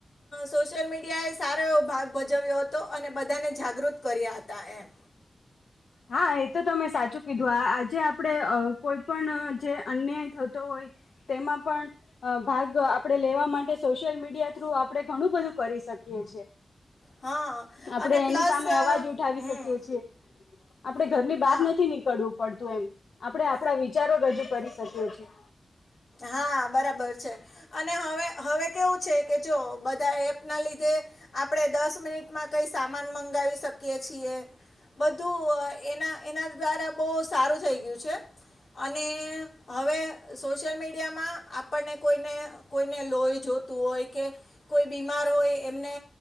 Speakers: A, on the left; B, on the left.
A: સોશિયલ મીડિયાએ સારો એવો ભાગ ભજવ્યો હતો અને બધાને જાગૃત કર્યા હતા એમ
B: હા એ તો તમે સાચું કીધું આ આજે આપણે કોઈ પણ જે અન્યાય થતો હોય તેમાં પણ ભાગ આપણે લેવા માટે સોશિયલ મીડિયા થ્રુ આપણે ઘણું બધું કરી શકીએ છીએ
A: હા
B: આપણે
A: અને પ્લસ
B: એની સામે અવાજ ઉઠાવી
A: હમ
B: શકીએ છીએ આપણે ઘરની
A: હા
B: બહાર નથી નીકળવું પડતું એમ આપણે આપણા વિચારો રજૂ કરી શકીએ છીએ
A: હા બરાબર છે અને હવે હવે કેવું છે કે જો બધા એપના લીધે આપણે દસ મિનિટમાં કઈ સામાન મંગાવી શકીએ છીએ બધું એના એના દ્વારા બહુ સારું થઈ ગયું છે અને હવે સોશિયલ મીડિયામાં આપણને કોઈને કોઈને લોહી જોતું હોય કે કોઈ બીમાર હોય એમને